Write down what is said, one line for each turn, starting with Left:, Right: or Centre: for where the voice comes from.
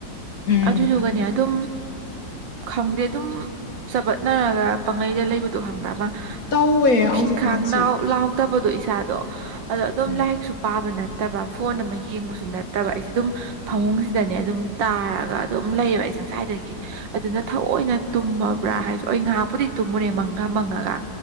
Left: ꯎꯝ
Right: ꯑꯗꯨꯗꯨꯒꯅꯦ ꯑꯗꯨꯝ ꯈꯪꯗꯦ ꯑꯗꯨꯝ ꯆꯄꯠꯅꯔꯒ ꯄꯥꯡꯒꯩꯗ ꯂꯩꯕꯗꯣ ꯍꯪꯕ꯭ꯔꯥ ꯑꯃ
Left: ꯇꯧꯋꯦ
Right: ꯈꯈꯤꯤꯡ
Left: ꯍꯧꯖꯤꯛꯀꯥꯟꯁꯤ
Right: ꯈꯥꯡ ꯂꯅꯥꯎ ꯂꯥꯎꯗꯕ ꯑꯗꯣ ꯏꯁꯥꯗꯣ ꯑꯗꯣ ꯑꯗꯨꯝ
Left: ꯎꯝ
Right: ꯂꯥꯏꯔꯤꯛꯁꯨ ꯄꯥꯕ ꯅꯠꯇꯦ ꯅꯠꯇꯕ ꯐꯣꯟ ꯑꯃ ꯌꯦꯡꯕꯁꯨ ꯅꯠꯇꯕ ꯑꯩꯁꯤꯦ ꯑꯗꯨꯝ ꯐꯃꯨꯡꯁꯤꯗꯅꯦ ꯑꯗꯨꯝ ꯇꯥꯔꯒ ꯑꯗꯨꯝ ꯂꯩꯕꯦ ꯁꯪꯁꯥꯏꯗꯒꯤ ꯑꯗꯨꯅ ꯊꯑꯣꯏꯅ ꯕ꯭ꯔꯥ ꯍꯥꯏ ꯑꯩ ꯉꯥꯏꯍꯥꯛꯄꯨꯗꯤ ꯇꯨꯝꯃꯨꯔꯦ ꯃꯪꯒ ꯃꯪꯉꯒ